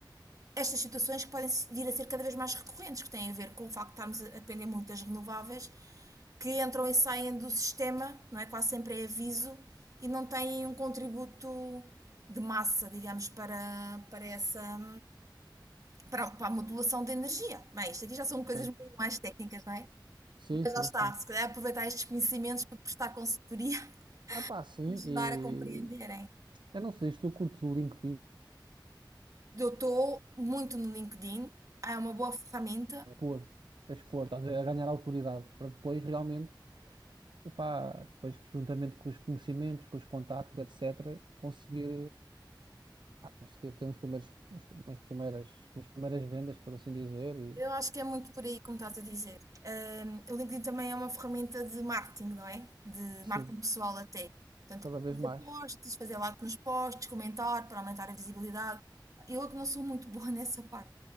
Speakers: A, on the right; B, on the right.
A: estas situações que podem vir a ser cada vez mais recorrentes, que têm a ver com o facto de estarmos a depender muito das renováveis, que entram e saem do sistema, não é? Quase sempre é aviso e não têm um contributo de massa, digamos, para, para essa para, para a modulação de energia. Bem, isto aqui já são coisas
B: Sim,
A: um bocadinho mais técnicas, não é?
B: sim,
A: Mas
B: sim.
A: lá está,
B: sim.
A: se calhar aproveitar estes conhecimentos para prestar consultoria
B: Ah pá,
A: <laughs>
B: sim,
A: e ajudar
B: e
A: a compreenderem.
B: eu não sei se tu curtes o LinkedIn,
A: Eu estou muito no LinkedIn, é uma boa ferramenta
B: a expor, a expor, estás a ver, a ganhar autoridade, para depois realmente, epá, depois que juntamente com os conhecimentos, com os contactos, etc., conseguir, ah, conseguir ter uns primeiros, uns- umas primeiras, umas primeiras vendas, por assim dizer, e
A: Eu acho que é muito por aí, como estás a dizer. Ahm, o LinkedIn também é uma ferramenta de marketing, não é? De
B: sim,
A: marketing pessoal até. Portanto,
B: cada vez
A: fazer
B: mais.
A: posts, fazer like nos posts, comentar para aumentar a visibilidade. Eu é que não sou muito <laughs> boa nessa parte.